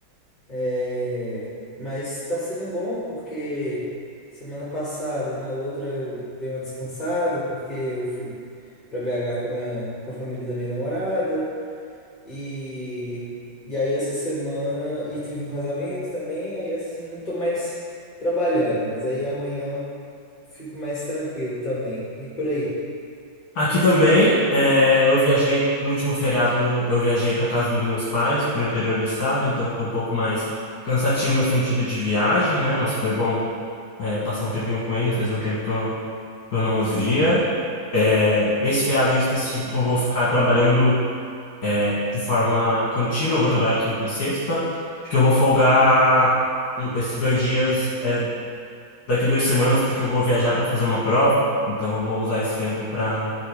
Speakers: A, on the left (about 25°); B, on the left (about 50°).
A: é, mas tá sendo bom porque semana passada e na outra eu dei uma descansada porque eu fui pra BH com a minha... com a família da minha namorada e... e aí essa semana e teve um casamento também, aí essa semana eu tô mais trabalhando, mas aí amanhã fico mais tranquilo também. E por aí.
B: Aqui também, é, eu viajei no último feriado, eu viajei para casa dos meus pais, para o interior do estado, então foi um pouco mais cansativo no sentido de viagem, né? Mas foi bom, é, passar um tempinho com eles, fazia um tempo que eu não, que eu não os via. É,
A: Uhum.
B: Esse feriado em específico eu vou ficar trabalhando de forma contínua, eu vou trabalhar quinta e sexta, porque eu vou folgar
A: Uhum.
B: um- esses dois dias, é, daqui duas semanas, porque eu vou viajar para fazer uma prova, então eu vou usar esse tempo para